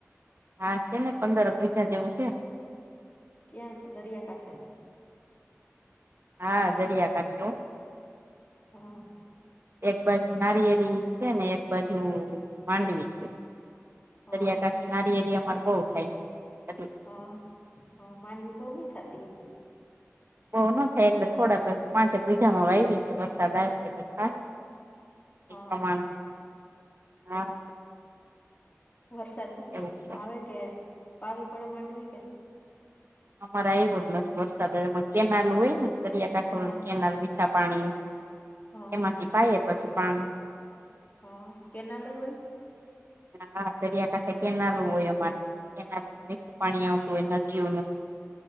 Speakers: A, on the right; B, on the left.
A: હા છે ને પંદર વીઘા જેવું છે.
B: ક્યાં શે દરિયા કાઠે.
A: હા દરિયા કાઠે હો.
B: હા.
A: એક બાજુ નારિયેરી છે ને એક બાજુ માંડવી છે.
B: હા
A: દરિયાકાઠે નારીએરિ અમારે બહુ થાય એટ
B: હ હ માંડવી બઉ નહી થાતી હોય.
A: બહુ ન થાય એટલે થોડાક પાંચક વિઘામાં વાયવી છે વરસાદ આવશે તો થા
B: હા
A: એ પ્રમાણ હા.
B: ઓ વરસાદ હું કે
A: એવું છે.
B: આવે કે પાવી પડે માંડવી કે.
A: અમારે આયવો જ નથી વરસાદ એમાં કેનાલ હોય ને દરિયાકાંઠે
B: હા
A: કેનાલ મીઠા પાણીની.
B: હા
A: એમાંથી પાયયે પછી પાની.
B: હા કેનાલ લેવેૈ.
A: હા દરિયાકાંઠે કેનાલું હોય અમારે. કેનાલે મીઠુ પાણી આવતું હોય નદીઓનું.